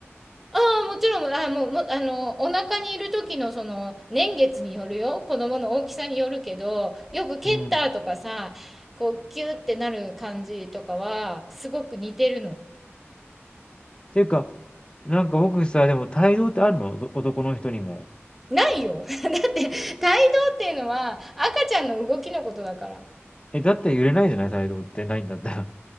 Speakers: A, in the centre; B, on the left.
A: ああ、もちろん、あもう、もあの、お腹にいる時のその、年月によるよ。子供の大きさによるけど、よく蹴ったとかさ、
B: うん。
A: こう、ギューってなる感じとかは、すごく似てるの。
B: っていうか、なんか僕さ、でも帯同ってあるのおど男の人にも。
A: ないよ。<laughs> だって、胎動っていうのは、赤ちゃんの動きのことだから。
B: え、だったら揺れないじゃない帯同ってないんだったら。